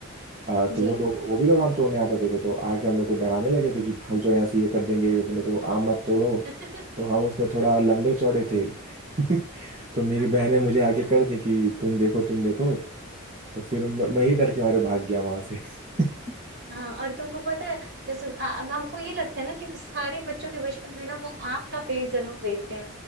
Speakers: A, on the right; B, on the right.
A: आ, तो
B: जी
A: वो लोग वो भी लोग आम तोड़ने आते थे तो आके हम लोग को डराने लगे थे कि भाग जाओ यहाँ से ये कर देंगे बोले तो आम मत तोड़ो
B: <laughs>
A: तो हम उसमें थोड़ा लंबे चौड़े थे <laughs> तो मेरी
B: हाँ
A: बहन
B: हाँ
A: ने मुझे आगे कर दी कि तुम देखो तुम देखो तो फिर म-
B: हाँ
A: मैं ही डर के मारे भाग गया वहां से <laughs>
B: हाँ और तुमको पता है जैसे आ- अब हमको ये लगता है ना कि सारे बच्चों के बचपन में ना वो आम का पेड़ जरूर देखते हैं